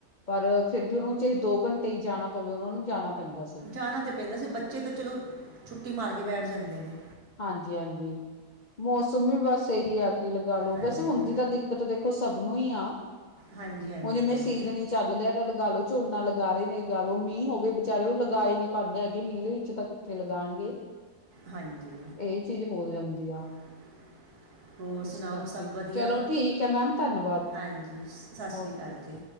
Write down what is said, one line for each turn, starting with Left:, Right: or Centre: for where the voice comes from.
Left: ਪਰ ਫੇਰ ਬੀ ਉਨੂੰ ਚਾਹੇ ਦੋ ਘੰਟੇ ਈ ਜਾਣਾ ਪਵੇ‌ ਓਨਾਂ ਨੂੰ ਜਾਣਾ ਪੈਂਦਾ ਸੀ।
Right: ਜਾਣਾ ਤੇ ਪੈਂਦਾ ਸੀ ਬੱਚੇ ਤੇ ਚਲੋ, ਛੁੱਟੀ ਮਾਰ ਕੇ ਬੈਠ ਜਾਂਦੇ ਨੇ।
Left: ਹਾਂਜੀ ਹਾਂਜੀ, ਮੌਸਮ ਵੀ ਬਾੱਸ ਐਹੀ ਹਾ ਕੀ ਲਗਾਲੋ
Right: ਹਾਂਜੀ
Left: ਵੈਸੇ ਹੁੰਦੀ ਤਾਂ ਦਿੱਕਤ ਦੇਖ ਸਬ ਨੂੰ ਈ ਆ,
Right: ਹਾਂਜੀ ਹਾਂਜੀ
Left: ਹੁਨ ਜਿਵੇ ਸੀਜ਼ਨ ਇ ਚੱਲ ਲੇਆ ਲਗਾ ਲੋ ਚੁਨਾ ਲਗਾ ਰਏ ਨੇ ਲਗਾ ਲੋ ਮੀਂ ਹੋਵੇ ਬਚਾਰੇ ਓ ਲਗਾ ਈ ਨੀ ਪਾਂਦੇ ਐਗੇ ਮੀਂ ਦੇ ਵਿੱਚ ਤਕ- ਤੇ ਲਗਾਨਗੇ।
Right: ਹਾਂਜੀ।
Left: ਏ ਚੀਜ ਹੋ ਜਾਂਦੀ ਆ।
Right: <inaudible> ਹੋਰ
Left: ਇਸ
Right: ਸੁਣਾਓ
Left: ਕਰਕੇ
Right: ਸਭ ਵਧੀਆ?
Left: ਚਲੋ ਠੀਕ ਹੈ ਮੈਮ ਧੰਨਵਾਦ
Right: ਹਾਂਜੀ, ਸਤਿ ਸ੍ਰੀ
Left: ਓਕੇ
Right: ਅਕਾਲ ਜੀ।